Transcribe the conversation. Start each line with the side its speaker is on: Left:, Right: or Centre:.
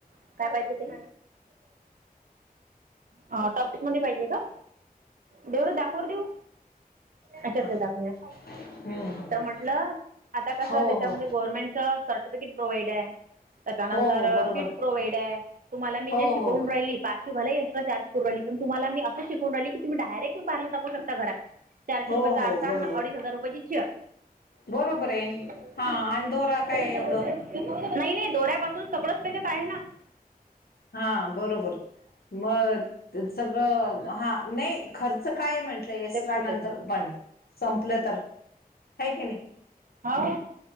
Right: स काय पाहिजे ते? ह टॉप्स मध्ये पाहिजे का? देऊ रे दाखव देऊ. याच्यातले
Left: हा
Right: दाखूया.
Left: हम्म
Right: तर म्हटलं आता कस
Left: हो हो
Right: गवर्नमेंटच सर्टिफिकेट प्रोवइड आहे. त्याच्यानंतर
Left: हो हो बरोबर
Right: किट प्रोवइड आहे. तुम्हाला मी
Left: हो
Right: जे शिकवून
Left: हो
Right: राहिली, पाच तुम्हालाही एक्स्ट्रा चार्ज करू राहिली. पण तुमला मी असं शिकवू राहिली कि तुम्ही डायरेक्ट पार्लर टाकू शकता घरात. चारशे
Left: हो
Right: रुपयाचा
Left: हो
Right: आरसा
Left: बरोबर
Right: अन अडीच हजार रुपयाची चेअर.
Left: बरोबर आहे
Right: <unintelligible>
Left: हा आणि दोरा
Right: नाही
Left: काय एवढं
Right: नाही दोऱ्यापासून सगळंच त्याच्यात आहे ना.
Left: हा बरोबर, मग <unintelligible> सगळं, हां नाही खर्च काय म्हंटलं, एक्स्ट्रा
Right: ते छोटे
Left: नंतर पण संपलं, तर हे की नाही?
Right: हो.